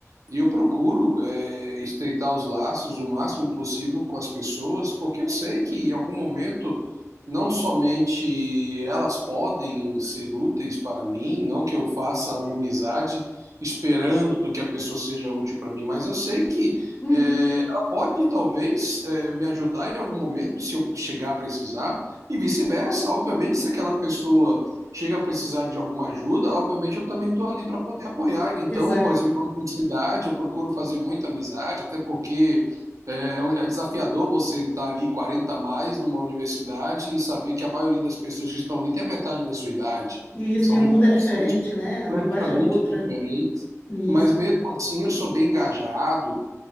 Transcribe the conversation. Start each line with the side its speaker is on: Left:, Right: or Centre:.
Right: E eu procuro, é, estreitar os laços o máximo possível com as pessoas, porque eu sei que em algum momento não somente elas podem ser úteis para mim, não que eu faça uma amizade esperando que a pessoa seja útil para mim, mas eu sei que
Left: Uhum.
Right: é, ela pode talvez é, me ajudar em algum momento se eu chegar a precisar e vice-versa. Obviamente, se aquela pessoa chega a precisar de alguma ajuda, obviamente eu também estou ali para poder apoiar. Então,
Left: Exato.
Right: por exemplo, na universidade, eu procuro fazer muita amizade, até porque é, é um- é desafiador você estar ali 40 a mais numa universidade e saber que a maioria das pessoas que estão ali tem a metade da sua idade.
Left: E isso,
Right: São
Left: e o
Right: gerações
Left: mundo é diferente, né?
Right: completamente
Left: A linguagem é outra.
Right: diferentes,
Left: Isso.
Right: mas mesmo assim eu sou bem engajado